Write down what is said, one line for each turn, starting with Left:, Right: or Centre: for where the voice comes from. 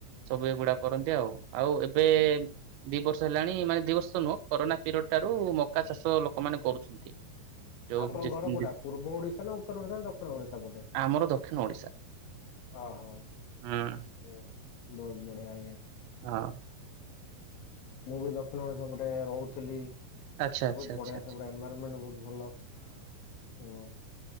Right: ସବୁ ଏଗୁଡା କରନ୍ତି ଆଉ। ଆଉ ଏବେ
Left: ହୁଁ
Right: ଦି ବର୍ଷ ହେଲାଣି ମାନେ ଦି ବର୍ଷ ତ ନୁହଁ। କରୋନା ପିରିୟଡ଼ ଠାରୁ ମକା ଚାଷ ଲୋକମାନେ କରୁଛନ୍ତି। ଯୋଉ
Left: ଆପଣଙ୍କ
Right: ଯେ
Left: ଘର କୋଉଟା,
Right: ଯେ-
Left: ପୂର୍ବ ଓଡି଼ଶା ନା ଉତ୍ତର ଓଡି଼ଶା ନା ଦକ୍ଷିଣ ଓଡି଼ଶା ପଟେ?
Right: ଆମର ଦକ୍ଷିଣ ଓଡ଼ିଶା।
Left: ଅ ହଁ।
Right: ହୁଁ।
Left: ଓ ବହୁତ ବଢ଼ିଆ ଆଜ୍ଞା।
Right: ହଁ।
Left: ମୁଁ ବି ଦକ୍ଷିଣ ଓଡି଼ଶା ପଟେ ରହୁଥିଲି।
Right: ଆଚ୍ଛା ଆଚ୍ଛା
Left: ବହୁତ
Right: ଆଚ୍ଛା
Left: ବଢି଼ଆ
Right: ଆଚ୍ଛା।
Left: ସେପେଟ ଏନଭାଇରମେଣ୍ଟ ବହୁତ ଭଲ ହଁ।